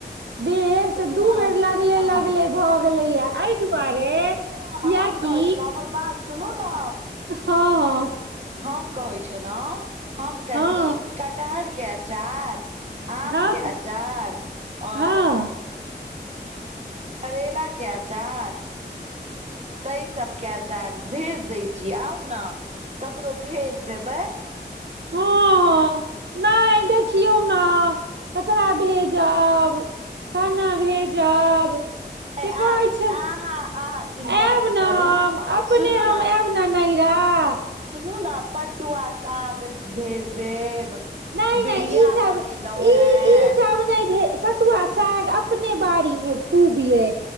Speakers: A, on the right (about 75°); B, on the right (about 40°).
A: बेर
B: सुनू
A: से दू
B: ने
A: बेर
B: सुनू
A: लगले
B: ने
A: लगले भऽ गेलैया एहि दुआरे
B: सुनु
A: कियाकि
B: न हम कहै छलहुँ हमर बात सुनू न
A: हँ हँ
B: हम कहै छलहुँ हम कनि
A: हँ
B: कटहर के अचार आम
A: हँ
B: के अचार और
A: हँ
B: करेला के अचार ताय सबके आचार भेज दै छी आउ न ककरो भेज देबै
A: हं ह नई देखियौ न ककरा भेजब कना भेजब
B: नहि
A: से
B: अहाँ
A: कहै छै
B: अहाँ अहाँ चिन्ता
A: आयब
B: नहि
A: न
B: करू
A: हम अपने
B: सुनू
A: हम
B: ने
A: आयब अपना नहिअर
B: सुनू न पटुआ साग भेज देब
A: नहि
B: बिड़िया
A: नहि ई सब
B: बनेलहुं
A: ई
B: हें
A: ई सब नहि भे पटुआ साग अपने बाड़ी में खुब यै